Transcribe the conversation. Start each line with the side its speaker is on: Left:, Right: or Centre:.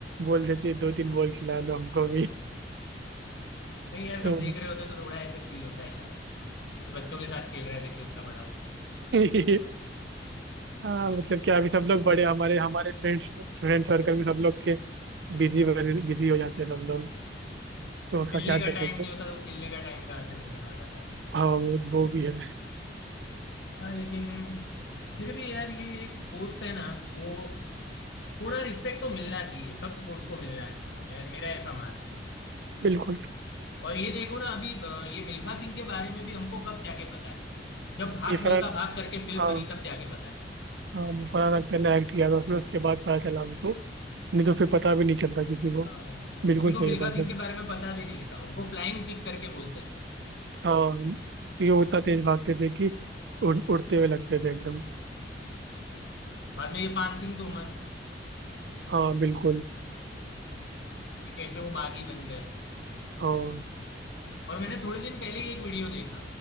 Right: बोल देते हैं, दो तीन बॉल खिला लो हमको भी
Left: नहीं यार सब
Right: तो
Left: देख रहे होते तो थोड़ा ऐसे फील होता है शायद कि बच्चों के साथ खेल रहा है देखो इतना बड़ा होके
Right: <laughs> हाँ मतलब क्या अभी सब लोग बड़े हमारे हमारे फ्रेंड्स फ्रेंड सर्कल में सब लोग के बिजी बिजी हो जाते हैं सब लोग तो उसका
Left: मिलने
Right: क्या
Left: का
Right: कर सकते
Left: टाइम नहीं
Right: हैं
Left: होता तो खेलने का टाइम कहाँ से मिलने वाला था
Right: हाँ वो वो भी है
Left: हाँ लेकिन फिर भी यार ये एक स्पोर्ट्स है ना वो थोड़ा रिस्पेक्ट तो मिलना चाहिए सब स्पोर्ट्स को मिलना चाहिए मैं मेरा ऐसा मानना है
Right: बिल्कुल
Left: और ये देखो ना अभी अ, ये मिल्खा सिंह के बारे में भी हमको कब जाके पता चला जब भाग
Right: ये
Left: मिल्खा
Right: फरहान
Left: भाग करके फिल्म
Right: हाँ
Left: बनी तब जाके पता चला
Right: हाँ वो फरहान अख्तर ने एक्ट किया था उसमें उसके बाद पता चला हमको नहीं तो फिर पता भी नहीं चलता किसी को
Left: हाँ
Right: बिल्कुल
Left: किसी को
Right: सही
Left: मिल्खा
Right: बात
Left: सिंह
Right: है
Left: के बारे में पता भी नहीं था उनको फ्लाइंग सिख करके बोलते थे
Right: हाँ क्योंकि वो इतना तेज भागते थे कि उड़, उड़ते हुए लगते थे एकदम
Left: बाद में ये पान सिंह तोमर
Right: हाँ बिल्कुल
Left: कि कैसे वो बागी बन गए
Right: हाँ
Left: और मैंने थोड़े दिन पहले ही एक वीडियो देखा